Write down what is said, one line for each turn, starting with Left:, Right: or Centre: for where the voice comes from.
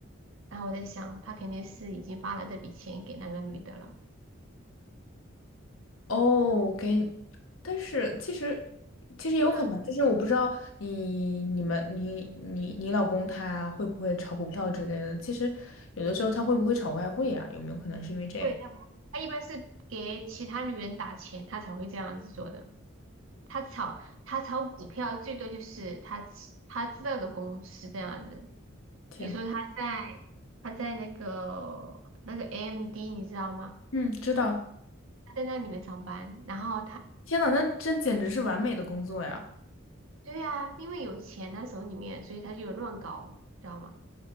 Right: 然后我在想，他肯定是已经发了这笔钱给那个女的了。
Left: 哦，给，但是其实其实有可能，
Right: 嗯，
Left: 就是我不知道你你们你你你老公他会不会炒股票之类的，其实有的时候他会不会炒外汇呀、有没有可能是因为这个？
Right: 会，他不，他一般是给其他女人打钱，他才会这样子做的。他炒他炒股票最多就是他知他知道的公司这样子，
Left: 天，
Right: 比如说他在他在那个那个 AMD 你知道吗？
Left: 嗯，知道。
Right: 他在那里面上班，然后他
Left: 天呐，那真简直是完美的工作呀！
Right: 对呀、因为有钱那手里面，所以他就乱搞，知道吗？